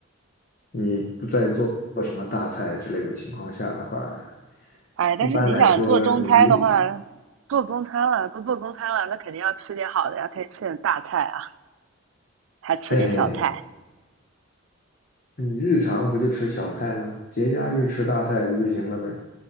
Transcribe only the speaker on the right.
哎，
但是你想做中餐的话，
做中餐了，都做中餐了，那肯定要吃点好的呀，可以吃点大菜啊，还吃点小菜。